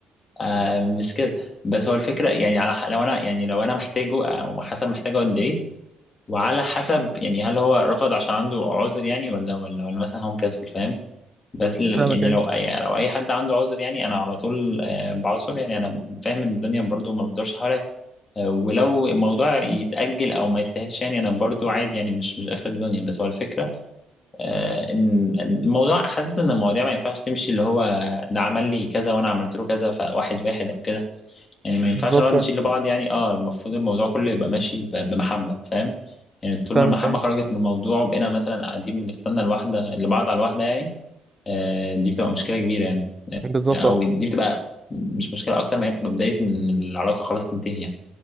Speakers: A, on the left; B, on the right.
A: آه، مش كده بس هو الفكره يعني على ح- لو انا يعني لو انا محتاجه او حسب محتاجه قد ايه وعلى حسب يعني هل هو رفض عشان عنده عذر يعني ولا ولا ولا مثلا هو مكسل فاهم بس ل-
B: فاهمك
A: يعني
B: ايه
A: لو اي لو اي حد عنده عذر يعني انا على طول آه، بعذر يعني انا فاهم ان الدنيا برضو ما بتدورش حواليا آه، ولو الموضوع يتأجل او ما يستاهلش يعني انا برضو عادي يعني مش مش اخر الدنيا بس هو الفكرة آه، ان إن الموضوع حاسس ان المواضيع ما ينفعش تمشي اللي هو ده عمل لي كذا وانا عملت له كذا فواحد واحد او كده يعني ما ينفعش
B: بالظبط
A: نقعد
B: آه.
A: نشيل لبعض يعني اه المفروض الموضوع كله يبقى ماشي ب- بمحبة فاهم يعني طول
B: فاهمك
A: ما المحبة
B: ايه
A: خرجت من الموضوع وبقينا مثلا قاعدين بنستنى الواحدة لبعض على الواحدة يعني آه دي بتبقى مشكلة كبيرة يعني
B: بالظبط
A: او
B: اه
A: دي بتبقى مش مشكلة اكتر ما هي بتبقى بداية ان العلاقة خلاص تنتهي يعني